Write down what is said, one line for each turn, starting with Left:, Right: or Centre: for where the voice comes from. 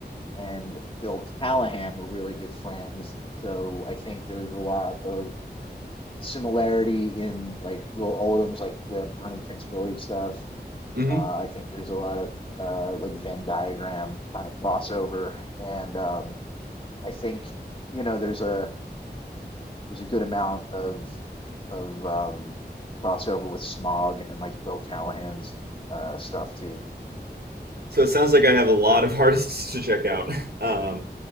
Left: and Bill Callahan were really good friends. So I think there's a lot of similarity in like Will Oldham's like the Bonnie Prince Billy stuff.
Right: hmm
Left: Uh, I think there's a lot of uh, like Venn diagram kind of crossover, and um, I think you know there's a was a good amount of of um, crossover with Smog and like Bill Callahan's uh, stuff too.
Right: So it sounds like I have a lot of <laughs> artists to check out. <laughs> Um,